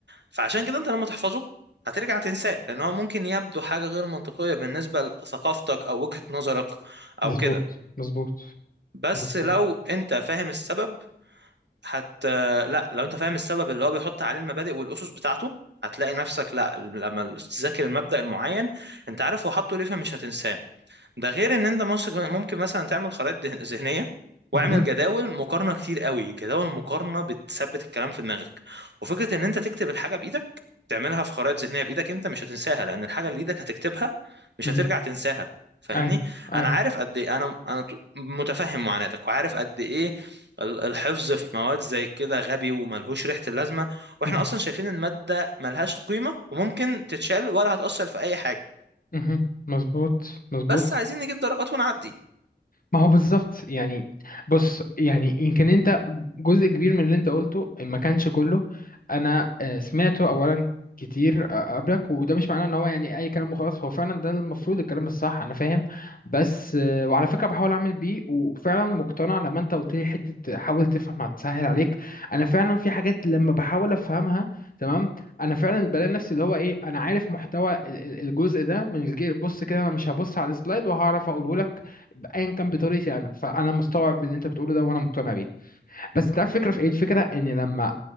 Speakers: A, on the right; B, on the left.
A: فعشان كده انت لما تحفظه هترجع تنساه لان هو ممكن يبدو حاجة غير منطقية بالنسبة لثقافتك او وجهة نظرك
B: مظبوط
A: او كده
B: مظبوط
A: بس
B: مظبوط
A: لو انت فاهم السبب هت لا لو انت فاهم السبب اللي هو بيحط عليه المبادئ والاسس بتاعته هتلاقي نفسك لا لما تذاكر المبدأ المعين انت عارف هو حاطه ليه فمش هتنساه ده غير ان انت ممسك- ممكن مثلا تعمل خرائط ده- ذهنيه واعمل
B: مهم،
A: جداول مقارنه كتير قوي جداول مقارنه بتثبت الكلام في دماغك وفكره ان انت تكتب الحاجه بايدك تعملها في خرائط ذهنيه بايدك انت مش هتنساها لان الحاجه اللي ايدك هتكتبها مش
B: مهم.
A: هترجع تنساها فاهمني
B: ايوه ايوه
A: انا عارف قد ايه انا انا ت- متفهم معاناتك وعارف قد ايه ال- الحفظ في مواد زي كده غبي وملهوش ريحه اللازمه واحنا
B: مهم،
A: اصلا شايفين الماده ملهاش قيمه وممكن تتشال ولا هتاثر في اي حاجه
B: مهم. مظبوط مظبوط
A: بس عايزين نجيب درجات ونعدي
B: ما هو بالظبط يعني بص يعني يمكن انت جزء كبير من اللي انت قلته ما كانش كله انا آه، سمعته اولا كتير آه، قبلك وده مش معناه ان هو يعني اي كلام وخلاص هو فعلا ده المفروض الكلام الصح انا فاهم بس آه، وعلى فكره بحاول اعمل بيه وفعلا مقتنع لما انت قلت لي حته حاول تفهم هتسهل عليك انا فعلا في حاجات لما بحاول افهمها تمام انا فعلا بلاقي نفسي اللي هو ايه انا عارف محتوى ال- ال- الجزء ده من الجيل بص كده انا مش هبص على السلايد وهعرف اقوله لك ايا كان بطريقتي انا فانا مستوعب اللي انت بتقوله ده وانا مقتنع بيه بس انت عارف الفكره في ايه الفكره ان لما